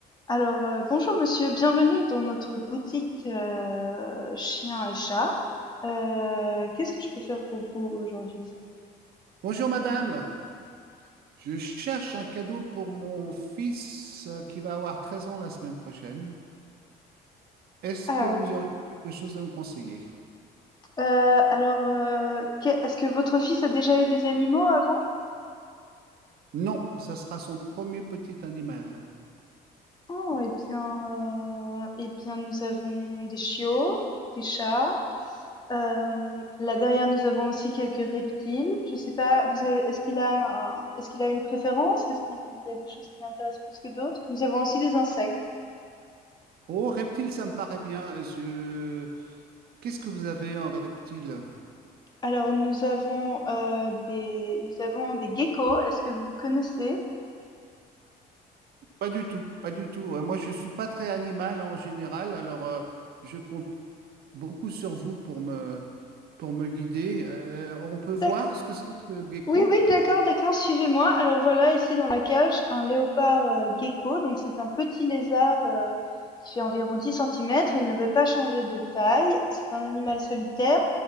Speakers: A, on the left (about 25°); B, on the right (about 65°).
A: Alors, euh, bonjour monsieur, bienvenue dans notre boutique euh, chiens et chats. Euh, qu'est-ce que je peux faire pour vous aujourd'hui?
B: Bonjour madame, je cherche un cadeau pour mon fils euh, qui va avoir 13 ans la semaine prochaine. Est-ce
A: Ah,
B: que vous
A: oui.
B: auriez quelque chose à me conseiller?
A: euh, alors, euh, que- est-ce que votre fils a déjà eu des animaux avant?
B: Non, ça sera son premier petit animal.
A: Oh, eh bien, euh, eh bien, nous avons des chiots, des chats. Euh, là derrière, nous avons aussi quelques reptiles. Je sais pas, vous avez, est-ce qu'il a un, est-ce qu'il a une préférence? Est-ce qu'il y a des choses qui l'intéressent plus que d'autres? Nous avons aussi des insectes.
B: Oh, reptile, ça me paraît bien. Je... Qu'est-ce que vous avez en reptile?
A: Alors, nous avons, heu, des nous avons des geckos. Est-ce que vous connaissez?
B: Pas du tout, pas du tout. Euh, Moi, je suis pas très animal en général, alors euh, je compte beaucoup sur vous pour me, pour me guider. Euh, on peut voir
A: D'acc
B: ce que c'est que ce gecko?
A: oui, oui, d'accord, d'accord, suivez-moi. Alors voilà, ici dans la cage, un léopard, heu, gecko. Donc c'est un petit lézard, heu, qui fait environ 10 centimètres. Il ne veut pas changer de taille. C'est un animal solitaire